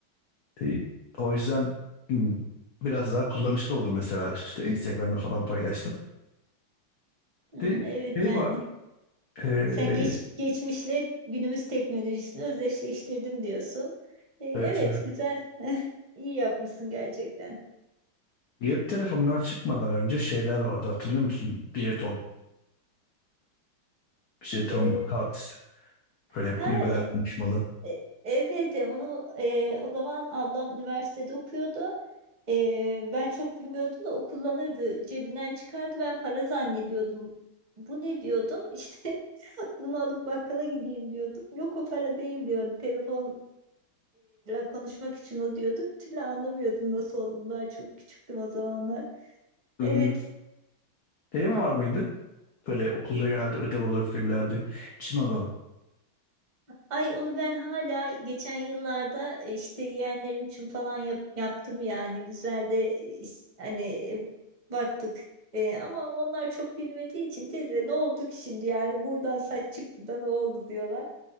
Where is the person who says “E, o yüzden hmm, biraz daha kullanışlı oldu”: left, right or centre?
Left